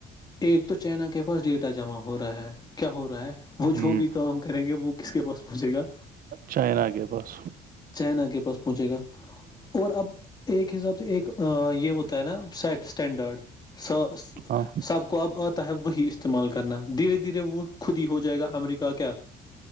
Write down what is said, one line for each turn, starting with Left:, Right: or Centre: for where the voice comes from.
Left: ایک تو چائنا کے پاس ڈیٹا جمع ہو رہا ہے کیا ہو رہا ہے وہ
Right: ہ
Left: جو بھی کہوں گا کریں گے وہ کس کے پاس پہنچے گا
Right: چائنا کے بس
Left: چائنا کے پاس پہنچے گا اور اب ایک حساب سے ایک یہ ہوتا ہے نا سیٹ اسٹینڈرڈ س
Right: ہاں
Left: سب کو اب آتا ہے وہی استعمال کرنا دھیرے دھیرے وہ خود ہی ہو جائے گا امریکہ کیا